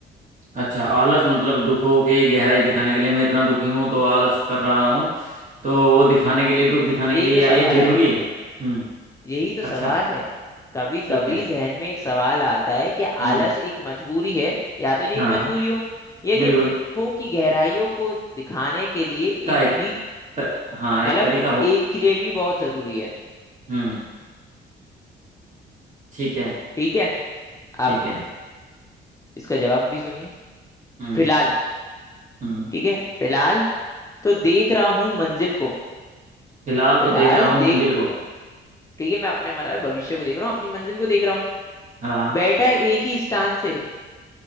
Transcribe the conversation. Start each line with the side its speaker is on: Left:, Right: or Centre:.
Right: अच्छा आलस मतलब दुखों के गहराई दिखाने के लिए मैं इतना दुखी हूँ तो आलस कर रहा हूँ तो वो दिखाने के लिए दुख दिखाने
Left: यही
Right: के लिए
Left: तो
Right: या
Left: सवाल
Right: ये जरूरी
Left: है
Right: है हम्म
Left: यही तो
Right: अच्छा
Left: सवाल है कभी
Right: ठीक
Left: कभी
Right: है
Left: जहन में एक सवाल आता है कि
Right: हम्म
Left: आलस एक मजबूरी है या तो ये
Right: हाँ
Left: एक मजबूरी हो या
Right: बिल्कुल
Left: ये दुखों की गहराइयों को दिखाने के लिए एक
Right: का एक
Left: भी
Right: त, हाँ एक
Left: मतलब
Right: तरीका हो
Left: एक के लिए भी बहुत जरूरी है
Right: हम्म ठीक है
Left: ठीक है अब
Right: ठीक है
Left: इसका जवाब भी सुनिए
Right: हम्म
Left: फिलहाल
Right: हम्म
Left: ठीक है फिलहाल तो देख रहा हूँ मंजिल को
Right: फिलहाल तो
Left: फिलहाल
Right: देख रहा हूँ
Left: देख
Right: मंजिल को
Left: ठीक है मैं अपने मतलब भविष्य को देख रहा हूँ अपनी मंजिल को देख रहा हूँ
Right: हाँ
Left: बैठा एक ही स्थान से